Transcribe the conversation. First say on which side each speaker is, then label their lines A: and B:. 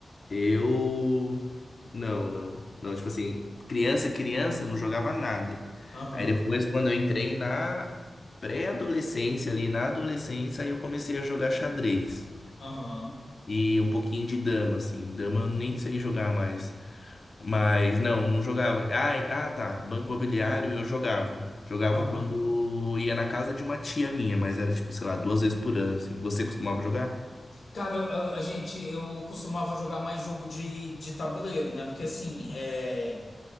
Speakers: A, on the left; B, on the left.
A: eu. Não, não. Não, tipo assim, criança, criança, não jogava nada.
B: Aham,
A: Aí depois, quando eu entrei na pré-adolescência, ali na adolescência, aí eu comecei a jogar xadrez.
B: aham,
A: E um pouquinho de dama, assim. Dama eu nem sei jogar mais. Mas não, não jogava. Ai, ah, tá. Banco Imobiliário eu jogava. Jogava
B: aham.
A: quando ia na casa de uma tia minha, mas era tipo, sei lá, duas vezes por ano, assim. Você costumava jogar?
B: Cara, eu- a, a gente, eu costumava jogar mais jogo de, de tabuleiro, né? Porque, assim, é